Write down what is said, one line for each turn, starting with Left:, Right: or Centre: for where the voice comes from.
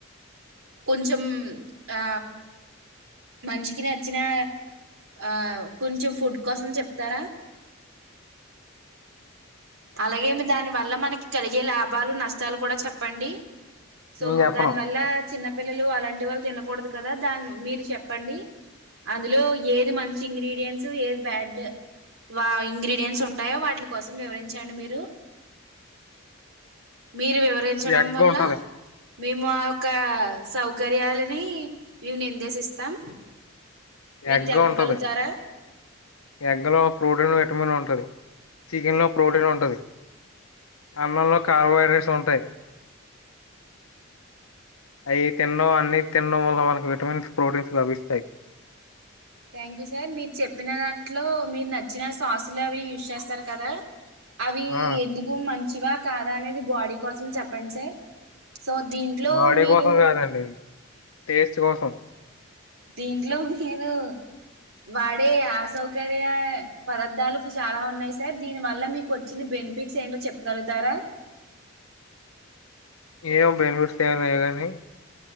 Right: కొంచెం ఆ మనిషికి నచ్చిన ఆ కొంచెం ఫుడ్ కోసం చెప్తారా అలాగే దాని వల్ల మనకి కలిగే లాభాలు నష్టాలు కూడా చెప్పండి సో
Left: నేను చెప్పను
Right: దాని వల్ల చిన్నపిిల్లలు అలాంటి వాళ్ళు తినకూడదు కదా దాని మీరు చెప్పండి అందులో ఏది మంచి ఇంగ్రీడియంట్స్ ఏది బ్యాడ్ వా ఇంగ్రీడియంట్స్ ఉంటాయో వాటిల కోసం వివరించండి మీరు మీరు వివరించడం
Left: ఎగ్
Right: వల్ల
Left: ఉంటది
Right: మేము ఆ యొక్క సౌకర్యాలని మేము నిర్దేశిస్తాం మీరు
Left: ఎగ్గ
Right: తెలపగలుగుతారా
Left: ఉంటది ఎగ్ లో ప్రోటీన్ విటమిన్ ఉంటుది చికెన్ లో ప్రోటీన్ ఉంటది అన్నంలో కార్బోహైడ్రేట్స్ ఉంటాయి అవి తినండడం అన్ని తినినడం వల్ల మనకి విటమిన్స్ ప్రోటీన్స్ లభిస్తాయి
Right: థ్యాంక్ యూ సార్ మీరు చెప్పిన దాంట్లో మీరు నచ్చిన సాసులు అవి యూస్ చేస్తారు కదా అవి
Left: ఆ
Right: ఎందుకు మంచివా కాదా అనేది బాడీ కోసం చెప్పండి సార్ సో దీంట్లో
Left: బాడీ
Right: మీరు
Left: కోసం కాదండి టేస్ట్ కోసం
Right: దీంట్లో మీరు వాడే అసౌకర్య పదార్థాలు చాలా ఉన్నాయి సార్ దీని వల్ల మీకు వచ్చిన బెనిఫిట్స్ ఏంటో చెప్పగలుగుతారా
Left: ఏమో బెనిఫిట్స్ ఏమన్నాయి కాగానీ